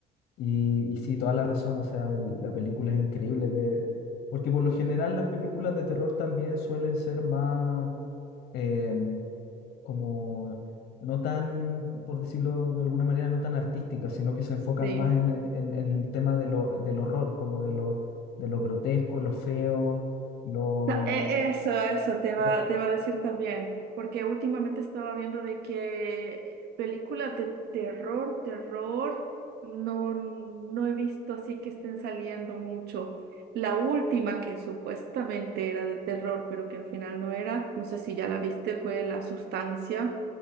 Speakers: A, on the left; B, on the right.
A: y, y sí, toda la razón, o sea, el- la película es increíble, de porque por lo general las películas de terror también suelen ser más em, como, no tan, por decirlo de alguna manera, no tan artísticas, sino que se enfocan
B: Sí.
A: más en, en- en el tema de lo, del horror, como de lo, de lo grotesco, lo feo, lo...
B: Ta- e- Eso, eso te iba,
A: lo-
B: te iba a decir también, porque últimamente estaba viendo de que películas de terror, terror, no, no he visto así que estén saliendo mucho. La última que supuestamente era de terror, pero que al final no era, no sé si ya la viste, fue La Sustancia.